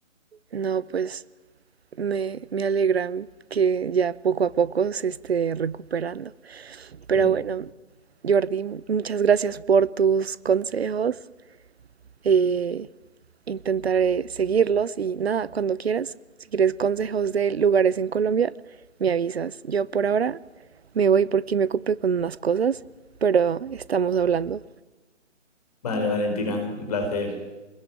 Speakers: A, on the right; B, on the left.
A: no, pues me, me alegra que ya poco a poco se esté recuperando. Pero
B: Bien.
A: bueno, Jordi, muchas gracias por tus consejos. eh, intentaré seguirlos y nada, cuando quieras, si quieres consejos de lugares en Colombia, me avisas. Yo por ahora me voy porque me ocupé con unas cosas, pero estamos hablando.
B: Vale, Valentina, un placer.